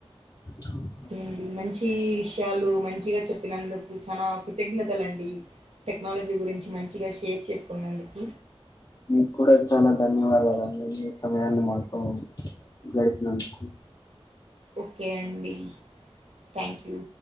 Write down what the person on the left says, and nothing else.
హమ్
మీకు కూడా చాలా ధన్యవాదాలండి మీ సమయాన్ని మాతో గడిపినందుకు